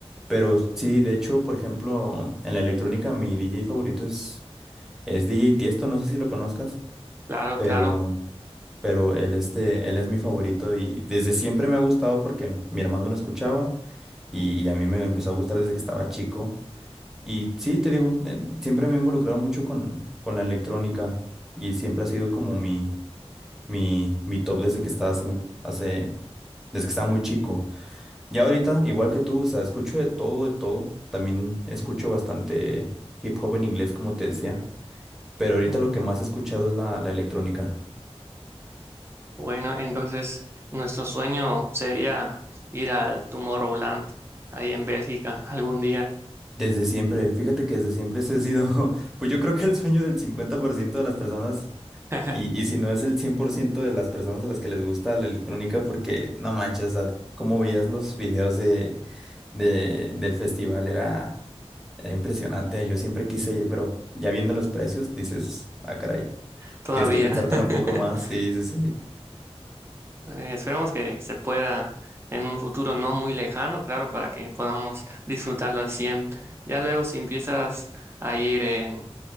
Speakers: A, in the centre; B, on the right.
A: Pero sí, de hecho, por ejemplo, en la electrónica mi DJ favorito es, es DJ Tiesto, no sé si lo conozcas
B: Claro,
A: pero,
B: claro.
A: pero él, este, él es mi favorito y desde siempre me ha gustado porque mi hermano lo escuchaba y, y a mí me empezó a gustar desde que estaba chico. Y sí, te digo, eh, siempre me he involucrado mucho con, con la electrónica y siempre ha sido como mi, mi, mi top desde que estaba hace, mu- hace, desde que estaba muy chico. Ya ahorita, igual que tú, o sea, escucho de todo, de todo. También escucho bastante hip hop en inglés, como te decía, pero ahorita
B: Mm.
A: lo que más he escuchado es la, la electrónica.
B: Bueno, entonces nuestro sueño sería ir al Tomorrowland ahí en Bélgica algún día.
A: Desde siempre, fíjate que desde siempre ese ha sido, <laughs> pues yo creo que el sueño del 50% de las personas,
B: <laughs>
A: y, y si no es el 100% de las personas a las que les gusta la electrónica, porque no manches, o sea, como veías los videos de, de, del festival, era, era impresionante, yo siempre quise ir, pero ya viendo los precios, dices, ah, caray,
B: Todavía.
A: tienes que pensártela
B: <laughs>
A: un poco más, sí, sí, sí,
B: Eh, esperemos que se pueda en un futuro no muy lejano, claro, para que podamos disfrutarlo al 100. Ya luego si empiezas a ir en